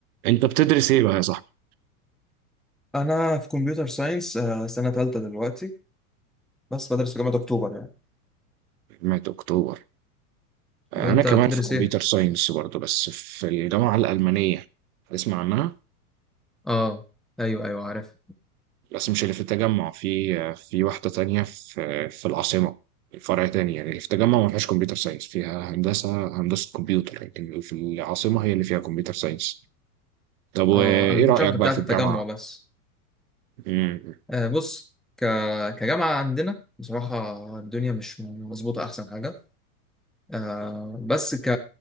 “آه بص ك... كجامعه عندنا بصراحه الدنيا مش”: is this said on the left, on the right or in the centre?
Centre